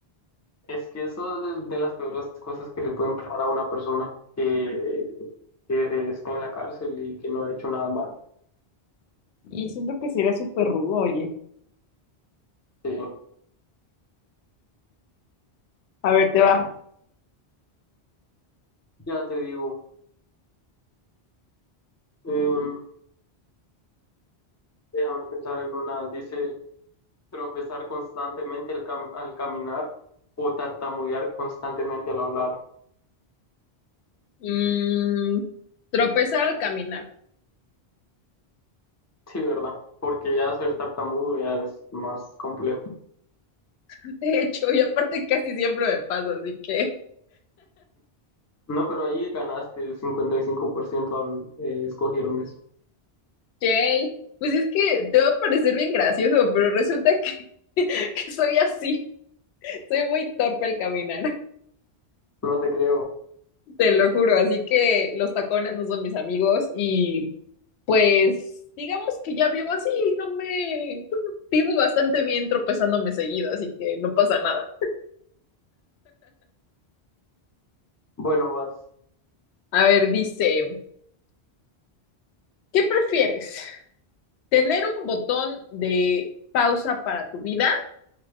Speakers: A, on the left (about 20°); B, on the left (about 85°).
A: es que eso es de las peores cosas que le pueden pasar a una persona que, que está en la cárcel y que no ha hecho nada malo.
B: Y siento que sería súper rudo, oye.
A: Sí,
B: A ver, te va.
A: ya te digo, em, déjame pensar en una, dice tropezar constantemente al, cam- al caminar o tartamudear constantemente al hablar.
B: Mm, tropezar al caminar.
A: Sí, ¿verdad? Porque ya ser tartamudo ya es más complejo.
B: <laughs> De hecho, y aparte casi siempre me pasa, así que.
A: No, pero ahí ganaste el 55% al- eh, escogieron eso.
B: Yay. Pues es que te va a parecer bien gracioso, pero resulta que, <laughs> que soy así. Soy muy torpe al caminar,
A: No te creo.
B: <laughs> te lo juro. Así que los tacones no son mis amigos y Pues digamos que ya vivo así, no me bueno, vivo bastante bien tropezándome seguido, así que no pasa nada.
A: Bueno, vas.
B: A ver, dice, ¿qué prefieres? ¿Tener un botón de pausa para tu vida